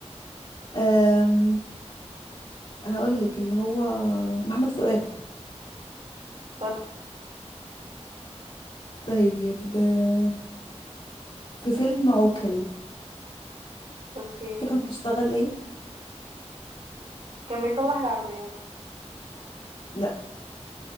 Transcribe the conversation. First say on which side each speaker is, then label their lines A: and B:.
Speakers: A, on the left; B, on the right.
A: أم هقول لك اللي هو محمد فؤاد
B: شاطر
A: طيب آه، في فيلم عوكل
B: اوكي
A: ده كان بيشتغل ايه
B: كان بيصلح العربيات
A: لا